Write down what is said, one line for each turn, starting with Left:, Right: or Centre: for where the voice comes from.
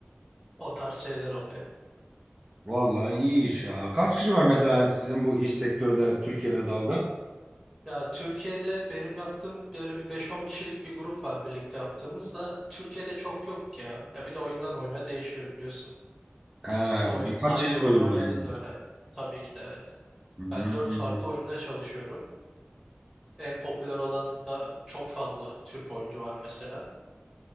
Centre: O tarz şeyler oluyor.
Right: Vallahi iyi iş ya. Kaç kişi var mesela sizin bu iş sektörde Türkiye'de dalda?
Centre: Ya Türkiye'de benim yaptığım böyle bir beş-on kişilik bir grup var birlikte yaptığımız da Türkiye'de çok yok ya. Ya bir de oyundan oyuna değişiyor biliyorsun.
Right: He,
Centre: Oyun,
Right: birkaç
Centre: hangi
Right: çeşit
Centre: oyunu
Right: oyun
Centre: oynadığın
Right: var yani.
Centre: da önemli. Tabii ki de evet.
Right: Hmm.
Centre: Ben 4 farklı oyunda çalışıyorum. En popüler olan da çok fazla Türk oyuncu var mesela.